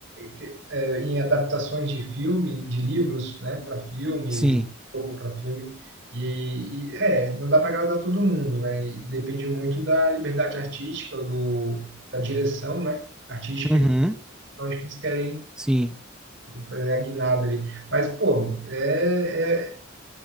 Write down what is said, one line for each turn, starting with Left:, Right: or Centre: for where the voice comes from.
Right: que- é, em adaptações de filme, de livros, né, para filme,
Centre: Sim.
Right: jogo para filme. E, e, é, não dá para agradar todo mundo, né? E depende muito da liberdade artística, do, da direção, né, artística,
Centre: Uhum.
Right: que- onde que eles querem
Centre: Sim.
Right: fazer a guinada ali. Mas, pô, é, é-